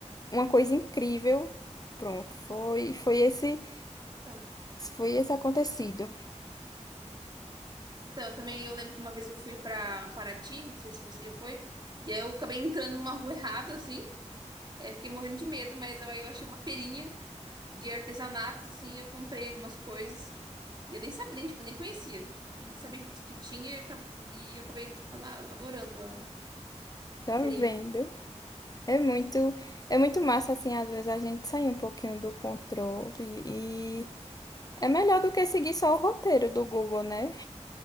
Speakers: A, on the left; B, on the right.
A: uma coisa incrível. Pronto, foi foi esse
B: Então,
A: foi esse acontecido.
B: então, eu também eu lembro que uma vez eu fui pra Paraty, não sei se você já foi, e aí eu acabei entrando numa rua errada, assim. É, fiquei morrendo de medo, mas eu, aí eu achei uma feirinha de artesanato, assim, eu comprei algumas coisas. E eu nem sabia, nem, tipo, nem conhecia. Nem sabia que, que tinha e acabei, e eu acabei lá adorando a,
A: Tá
B: a feirinha.
A: vendo? É muito é muito massa assim, às vezes a gente sair um pouquinho do controle e é melhor do que seguir só o roteiro do Google, né?